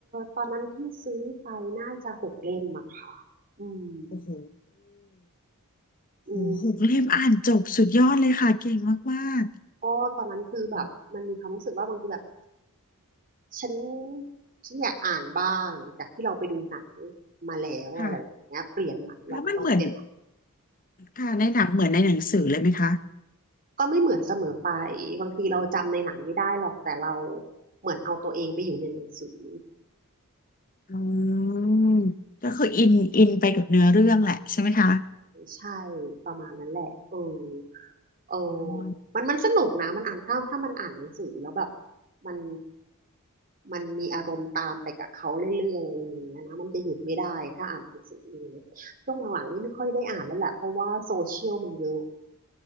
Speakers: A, on the right (about 40°); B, on the left (about 40°).
A: ตอนนั้นที่ซื้อไปน่าจะหกเล่มอะค่ะอืม
B: โอ้โห
A: อืม
B: โอ้โหหกเล่มอ่านจบสุดยอดเลยค่ะเก่งมาก
A: ก็ตอนนั้นคือแบบมันมีความรู้สึกว่าบางทีแบบ
B: อืม
A: ฉันฉันอยากอ่านบ้างจากที่เราไปดูหนังมาแล้วอะไรอย่างเงี้ยเปลี่ยนใหม่ลองลองเปลี่ยน
B: ๆค่ะแล้วมันเหมือนค่ะในหนังเหมือนในหนังสือเลยไหมคะ
A: ก็ไม่เหมือนเสมอไปบางทีเราจำในหนังไม่ได้หรอกแต่เราเหมือนเอาตัวเองไปอยู่ในหนังสือ
B: อืมก็คืออินอินไปกับเนื้อเรื่องแหละใช่ไหมคะ
A: ใช่ประมาณนั้นแหละเออเออ
B: อืม
A: มันมันสนุกนะมันอ่านถ้าถ้ามันอ่านหนังสือแล้วแบบมันมันมีอารมณ์ตามไปกับเขาเรื่อยๆอะไรอย่างเงี้ยนะมันจะหยุดไม่ได้ถ้าอ่านหนังสืออย่างเงี้ยช่วงหลังๆนี่ไม่ค่อยได้อ่านแล้วแหละเพราะว่าโซเชียลมันเยอะ